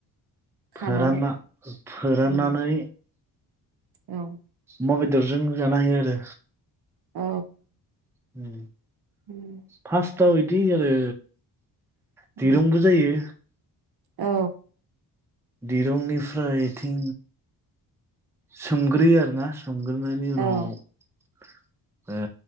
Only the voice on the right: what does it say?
खानानै
उम औ
औ
उम
उम
औ
औ